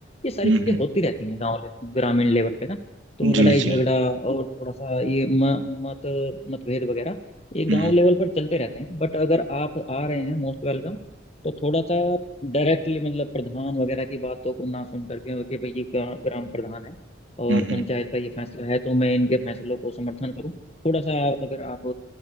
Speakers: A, on the left (about 30°); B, on the right (about 85°).
A: ये सारी
B: हम्म
A: चीजें
B: हम्म,
A: होती रहती हैं गांव ले- ग्रामीण लेवल पे ना तो
B: जी
A: लड़ाई
B: जी
A: झगड़ा और थोड़ा सा ये म, मत मतभेद वगैरह ये
B: हम्म
A: गांव लेवल पर चलते रहते हैं बट अगर आप आ रहे हैं मोस्ट वेलकम तो थोड़ा सा डायरेक्टली मतलब प्रधान वगैरह की बातों को ना सुन करके कि भाई ये ग्रा- ग्राम प्रधान है और
B: हम्म
A: पंचायत का ये फैसला है तो मैं इनके फैसलों को समर्थन करूं थोड़ा सा अगर आप